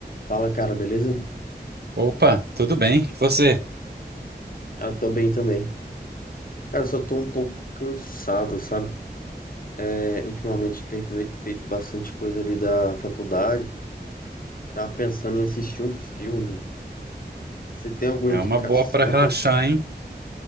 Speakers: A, on the left; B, on the right.
A: Fala, cara, beleza?
B: Opa, tudo bem? E Você?
A: Cara, tô bem também. Cara, só tô um pouco cansado, sabe? É, ultimamente tem faze- feito bastante coisa ali da faculdade. Tava pensando em assistir um filme. Você tem alguma
B: É
A: indicação?
B: uma boa para relaxar, hein?